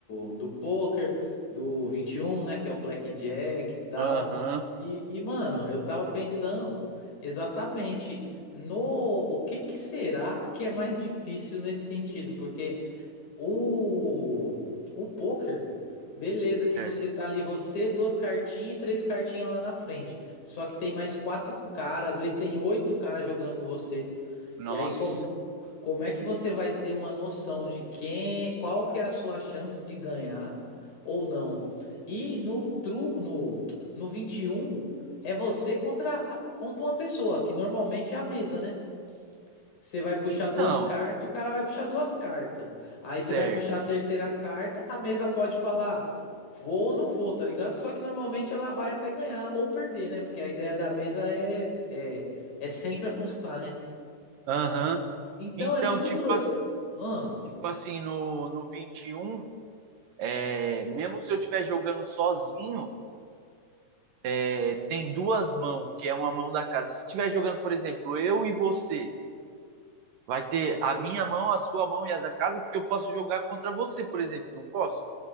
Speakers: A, on the left; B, on the right.
A: do, do poker, do 21, né, que é o blackjack e tal.
B: Aham,
A: E, e, mano, eu tava pensando exatamente no o que que será que é mais difícil nesse sentido, porque O, o poker, beleza,
B: certo.
A: que você tá ali, você, duas cartinhas e três cartinhas lá na frente. Só que tem mais quatro caras, às vezes tem oito caras jogando com você.
B: Nossa.
A: E aí, com, como é que você vai ter uma noção de quem, qual que é a sua chance de ganhar ou não? E no truco, no, no 21 é você contra, a- contra uma pessoa, que normalmente é a mesa, né? Você vai puxar
B: Então,
A: duas cartas, o cara vai puxar duas cartas. Aí
B: certo.
A: você vai puxar a terceira carta, a mesa pode falar vou ou não vou, tá ligado? Só que normalmente ela vai até ganhar ou perder, né? Porque a ideia da mesa é, é, é sempre apostar, né?
B: Aham.
A: Então
B: Então,
A: é muito
B: tipo,
A: doido.
B: as-
A: Ahn?
B: tipo assim, no, no 21, é, mesmo se eu estiver jogando sozinho, é, tem duas mãos, que é uma mão da casa. Se estiver jogando, por exemplo, eu e você. Vai ter a minha mão, a sua mão e a da casa, porque eu posso jogar contra você, por exemplo. Não posso?